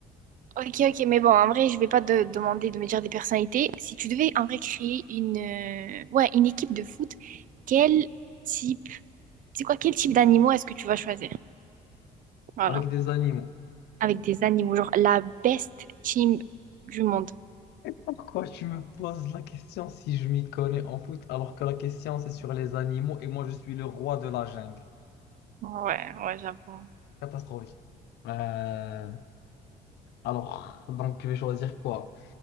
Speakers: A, on the right (about 55°); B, on the left (about 80°).
A: Ok, ok, mais bon, en vrai, je vais pas te demander de me dire des personnalités. Si tu devais en vrai créer une, euh, ouais, une équipe de foot, quel type, c'est quoi, quel type d'animaux est-ce que tu vas choisir? Voilà.
B: avec des animaux.
A: Avec des animaux, genre la best team du monde.
B: Pourquoi tu me poses la question si je m'y connais en foot alors que la question c'est sur les animaux et moi je suis le roi de la jungle?
A: Ouais, ouais, j'avoue.
B: Catastrophique. Euh, alors, donc je vais choisir quoi?